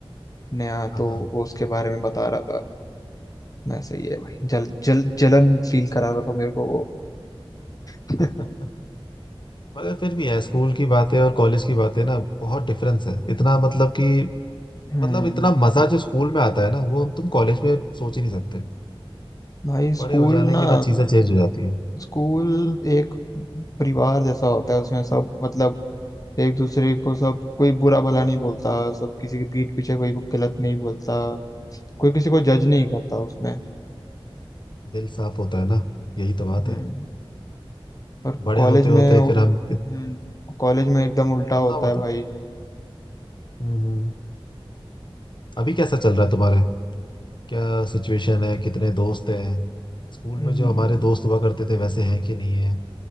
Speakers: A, on the left; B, on the left.
A: नया तो
B: हाँ
A: वो उसके बारे में बता रहा था मैं सही है भाई जल जल जलन फील करा रहा था मेरे को वो <laughs>
B: हाँ <laughs> मगर फिर भी है स्कूल की बातें और कॉलेज की बातें ना बहुत डिफरेंस है इतना मतलब कि
A: हम्म
B: मतलब इतना मजा जो स्कूल में आता है ना वो हम तुम कॉलेज में सोच ही नहीं सकते
A: भाई
B: बड़े
A: स्कूल
B: हो जाने
A: ना
B: के बाद चीजें चेंज हो जाती है
A: स्कूल एक परिवार जैसा होता है उसमें सब मतलब एक दूसरे को सब कोई बुरा भला नहीं बोलता सब किसी की पीठ पीछे कोई गलत नहीं बोलता कोई किसी को जज नहीं करता उसमें
B: दिल साफ होता है ना यही तो बात
A: हम्म
B: है
A: और
B: बड़े
A: कॉलेज
B: होते होते
A: में हम्म
B: फिर हम
A: कॉलेज में एकदम उल्टा
B: बताओ
A: होता है
B: बताओ
A: भाई
B: हम्म हम्म। अभी कैसा चल रहा है तुम्हारे क्या सिचुएशन है कितने दोस्त हैं स्कूल
A: हम्म,
B: में जो हमारे दोस्त हुआ करते थे वैसे हैं कि नहीं है